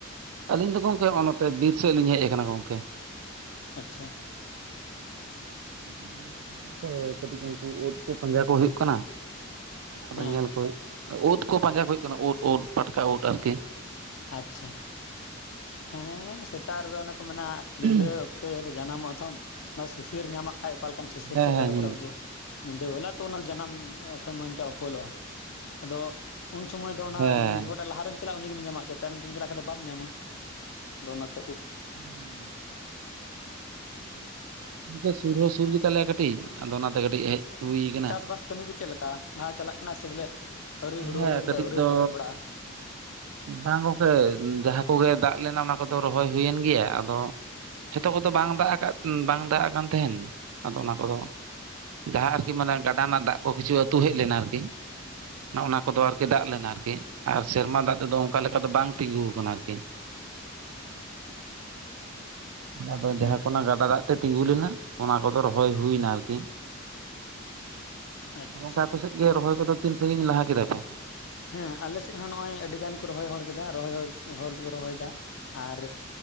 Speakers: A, on the right (about 90°); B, on the left (about 65°).
A: ᱟᱹᱞᱤᱧ ᱫᱚ ᱜᱚᱢᱠᱮ ᱦᱚᱜᱼᱚᱸᱭ ᱱᱚᱛᱮ ᱵᱤᱨ ᱥᱮᱫ ᱞᱤᱧ ᱦᱮᱡ ᱟᱠᱟᱱᱟ ᱜᱚᱢᱠᱮ
B: ᱟᱪᱪᱷᱟ
A: <inaudible> ᱜᱚᱢᱠᱮ ᱠᱟᱹᱴᱤᱡ ᱩᱱᱠᱩ ᱩᱫ ᱠᱚ ᱯᱟᱸᱡᱟ ᱠᱚᱯᱮ ᱠᱟᱱᱟ ᱟᱫᱚ
B: ᱦᱮᱸ
A: ᱧᱮᱞ <unintelligible> ᱩᱫ ᱠᱚ ᱯᱟᱸᱡᱟ ᱦᱩᱭᱩᱜ ᱠᱟᱱᱟ ᱩᱫ ᱩᱫ ᱯᱟᱴᱠᱟ ᱩᱫ ᱟᱨᱠᱤ
B: ᱟᱪᱪᱷᱟ ᱦᱮᱸ ᱥᱮᱛᱟᱜ ᱨᱮᱫᱚ ᱚᱱᱮ ᱠᱚ ᱢᱮᱱᱟ
A: ᱦᱮᱸ
B: ᱧᱤᱫᱟᱹ ᱚᱠᱛᱮ ᱨᱮ ᱡᱟᱱᱟᱢᱚᱜᱼᱟ ᱛᱚᱝ ᱚᱱᱟ ᱥᱤᱥᱤᱨ ᱧᱟᱢᱚᱜ ᱟᱡ ᱚᱠᱟ ᱞᱮᱠᱟᱱ ᱥᱤᱥᱤᱨ
A: ᱦᱮᱸ
B: ᱪᱚ ᱜᱟᱨᱚ ᱵᱚᱨᱚᱭ ᱵᱩᱡᱷᱟᱹᱣ ᱧᱤᱫᱟᱹ ᱵᱮᱞᱟ ᱛᱚ ᱚᱱᱟ ᱡᱟᱱᱟᱢ <unintelligible> ᱥᱚᱢᱚᱭ ᱚᱱᱠᱟ ᱩᱯᱚᱞᱚᱜᱼᱟ <inaudible> ᱟᱫᱚ ᱩᱱ ᱥᱚᱢᱚᱭ ᱫᱚ ᱚᱱᱟ
A: ᱦᱮᱸ
B: <unintelligible> ᱞᱟᱦᱟᱨᱮᱢ ᱪᱟᱞᱟᱜᱼᱟ ᱩᱱᱤ ᱜᱮᱢ ᱧᱟᱢᱟ ᱮᱱᱛᱮᱫ ᱛᱟᱭᱱᱚᱢ ᱛᱮᱢ ᱪᱟᱞᱟᱜ ᱠᱷᱟᱱ ᱫᱚ ᱵᱟᱢ ᱧᱟᱢᱟ ᱟᱫᱚ ᱚᱱᱟᱛᱮ ᱩᱫ
A: ᱦᱩᱸ ᱜᱚᱢᱠᱮ ᱥᱩᱨ ᱦᱚᱸ ᱥᱩᱨ ᱜᱮᱛᱟᱞᱮᱭᱟ ᱠᱟᱹᱴᱤᱡ ᱟᱫᱚ ᱚᱱᱟᱛᱮ ᱠᱟᱹᱴᱤᱡ ᱦᱮᱡ ᱦᱩᱭ ᱠᱟᱱᱟ
B: ᱪᱟᱥᱵᱟᱥ ᱠᱟᱹᱢᱤ ᱠᱚ ᱪᱮᱫ ᱞᱮᱠᱟ ᱞᱟᱦᱟ ᱪᱟᱞᱟᱜ ᱠᱟᱱᱟ ᱥᱮ ᱵᱚᱞᱮ ᱟᱹᱣᱨᱤ ᱦᱩᱲᱩ
A: ᱦᱮᱸ
B: ᱨᱚᱦᱚᱭ ᱠᱚᱫᱚ
A: ᱠᱟᱹᱴᱤᱡ
B: ᱟᱹᱣᱨᱤ
A: ᱫᱚ
B: ᱯᱮ ᱮᱦᱚᱵ ᱵᱟᱲᱟᱜᱼᱟ
A: <inaudible> ᱵᱟᱝ ᱜᱚᱢᱠᱮ ᱡᱟᱦᱟᱸ ᱠᱚᱜᱮ ᱫᱟᱜ ᱞᱮᱱᱟ ᱚᱱᱟ ᱠᱚᱫᱚ ᱨᱚᱦᱚᱭ ᱦᱩᱭᱮᱱ ᱜᱮᱭᱟ ᱟᱫᱚ ᱡᱷᱚᱛᱚ ᱠᱚᱫᱚ ᱵᱟᱝ ᱫᱟᱜ ᱠᱟ ᱵᱟᱝ ᱫᱟᱜ ᱠᱟᱱ ᱛᱟᱸᱦᱮᱱ ᱟᱫᱚ ᱚᱱᱟ ᱠᱚᱫᱚ ᱡᱟᱦᱟᱸ ᱟᱨᱠᱤ ᱢᱟᱱᱮ ᱜᱟᱰᱟ ᱨᱮᱱᱟᱜ ᱫᱟᱜ ᱠᱚ ᱠᱤᱪᱷᱩ ᱟᱹᱛᱩ ᱦᱮᱡ ᱞᱮᱱᱟ ᱟᱨᱠᱤ ᱱᱚᱜ ᱱᱚᱣᱟ ᱠᱚᱫᱚ ᱟᱨᱠᱤ ᱫᱟᱜ ᱞᱮᱱᱟ ᱟᱨᱠᱤ ᱟᱨ ᱥᱮᱨᱢᱟ ᱫᱟᱜ ᱛᱮᱫᱚ ᱚᱱᱠᱟ ᱞᱮᱠᱟ ᱫᱚ ᱵᱟᱝ ᱛᱤᱸᱜᱩ ᱟᱠᱟᱱᱟ ᱟᱨᱠᱤ ᱟᱫᱚ
B: ᱦᱩᱸ
A: ᱡᱟᱦᱟᱸ ᱠᱚ ᱜᱟᱰᱟ ᱫᱟᱜ ᱛᱮ ᱛᱤᱸᱜᱩ ᱞᱮᱱᱟ ᱚᱱᱟ ᱠᱚᱫᱚ ᱨᱚᱦᱚᱭ ᱦᱩᱭ ᱱᱟ ᱟᱨᱠᱤ <inaudible>
B: ᱟᱪᱪᱷᱟ
A: ᱜᱚᱢᱠᱮ ᱟᱯᱮ ᱥᱮᱫ ᱜᱮ ᱨᱚᱦᱚᱭ ᱠᱚᱫᱚ ᱛᱤᱱ ᱥᱟᱺᱜᱤᱧ ᱞᱟᱦᱟ ᱠᱮᱫᱟ ᱯᱮ
B: ᱦᱮᱸ ᱟᱞᱮ ᱥᱮᱫ ᱦᱚᱸ ᱱᱚᱜᱼᱚᱸᱭ ᱟᱹᱰᱤ ᱜᱟᱱ ᱠᱚ ᱨᱚᱦᱚᱭ <unintelligible> ᱠᱮᱫᱟ ᱨᱚᱦᱚᱭ ᱦᱚᱲ ᱫᱚᱠᱚ ᱨᱚᱦᱚᱭᱮᱫᱟ ᱟᱨ